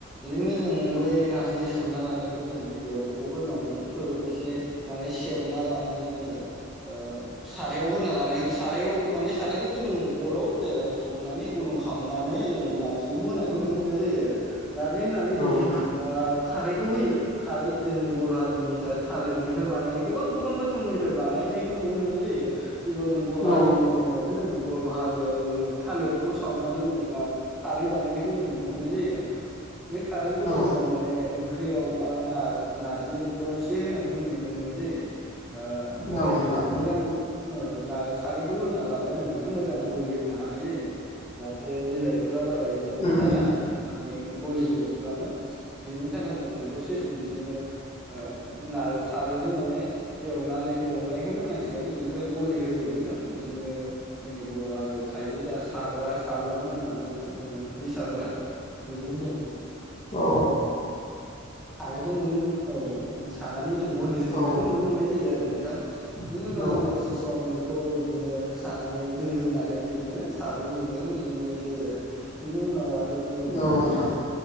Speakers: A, in the centre; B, on the left.
A: इदिनो जों बे नारजि सोमना लानायखौ जों गिबियाव बख'गोरननानै फो इसे माने सेबना लानानै जोङो ओ सारायाव होना लानाय सारायाव माने सारायखौ गुदुं अराव जेरायाव संनानै गुदुं खामनानै <unintelligible> नारजिखौ होनायखौ नुनो मोननाय जायो आरो नारजि होनानै
B: औ
A: जों
B: नोंथां
A: ओ खारैखौ होयो खारै जोंनि बर' हारिनि जा थालिरनिफ्राय बानायो गोबां गोबां रोखोमनिफ्राय बानाय <unintelligible> नुनो मोननाय जायो गिबियाव जों बर'
B: औ
A: हारिनि बुङोबाथ' जों बर' हारियाव जोङो थालिरखौ सावनानै जों खारै बानायनायखौ जों नुनो मोननाय जायो बे खारैखौ
B: औ
A: जोङो माने ओंख्रियाव बा नार नारजि ओंख्रियाव एसे होनायखौ जोङो नुनो मोननाय जायो ओ माने
B: नोंथां
A: बे मोजां ओ नार खारैखौ होनानै लाबा जों माने मोजां गलि होनो हानाय जायो जाहाथे बिलाइफोरा बारा इदिनो
B: उम
A: थाया
B: उम
A: माने गलिजोबलाङो बिनि थाखाय जोङो दसे सम बिदिनो ओ नार खारैजों माने एवनानै एवनायखौनो होननांसिगोन ओमफ्राय गलि होजोबो जों इदिनो जोंनि बर' हारियाव थायो जा साग्रा सागं होनना बुङो जों ओंख्रि साग्रा बेजों जों
B: अ।
A: सानायखौ नुनो मोन औ सानानै गलि होजोबनायखो
B: औ
A: नुनो मोननाय जायो आरो नोंथां बिनि
B: औ
A: उनाव
B: औ
A: जों दसे सम बेखौ इदिनो सानानै दै होनानै इदिनो साग्लुं जोबनायखौ नुनो मोननाय जायो आरो बिनि उनाव आरो बुङोबा
B: नोंथां
A: जोङो